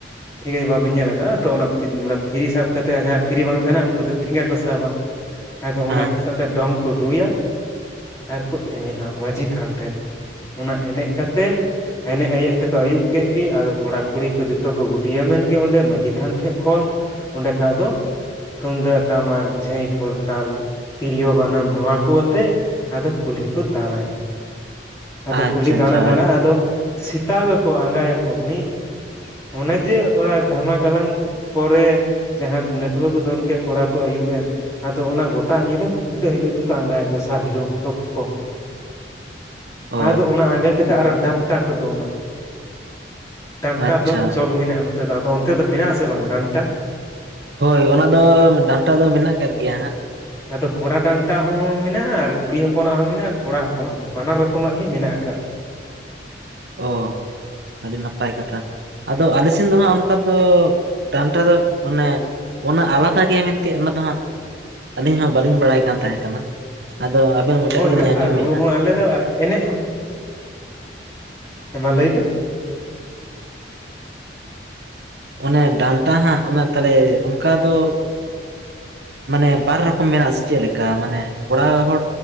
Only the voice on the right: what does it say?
ᱦᱮᱸ
ᱟᱪᱪᱷᱟ
ᱟᱪᱪᱷᱟ
ᱚ
ᱟᱪᱪᱷᱟ
ᱦᱳᱭ ᱚᱱᱟ ᱫᱚ ᱰᱟᱱᱴᱟ ᱫᱚ ᱢᱮᱱᱟᱜ ᱟᱠᱟᱫ ᱜᱮᱭᱟ ᱦᱟᱸᱜ ᱾
ᱚ ᱟᱹᱰᱤ ᱱᱟᱯᱟᱭ ᱠᱟᱛᱷᱟ ᱾ ᱟᱫᱚ ᱟᱞᱮ ᱥᱮᱱ ᱫᱚ ᱦᱟᱸᱜ ᱚᱱᱠᱟ ᱫᱚ ᱰᱟᱱᱴᱟ ᱫᱚ ᱟᱱᱮ- ᱚᱱᱟ ᱟᱞᱟᱫᱟ ᱜᱮᱭᱟ ᱢᱮᱱᱛᱮ ᱚᱱᱟ ᱫᱚ ᱦᱟᱸᱜ ᱟᱹᱞᱤᱧ ᱦᱚᱸ ᱵᱟᱝᱞᱤᱧ ᱵᱟᱲᱟᱭ ᱠᱟᱱ ᱛᱟᱦᱮᱸ ᱠᱟᱱᱟ᱾ ᱟᱫᱚ ᱟᱵᱤᱱᱟ ᱢᱪᱟ
ᱛᱮᱜᱮᱸ
ᱞᱤᱧ
ᱟᱡᱚᱢᱮᱟ
᱾
ᱚᱱᱮ ᱰᱟᱱᱴᱟ ᱦᱟᱸᱜ ᱚᱱᱟ ᱛᱟᱦᱚᱞᱮ ᱚᱱᱠᱟ ᱫᱚ ᱢᱟᱱᱮ ᱵᱟᱨ ᱨᱚᱠᱚᱢ ᱢᱮᱱᱟᱜ ᱟ ᱥᱮ ᱪᱮᱫ ᱞᱮᱠᱟ ᱢᱟᱱᱮ ᱠᱚᱲᱟ ᱦᱚᱲ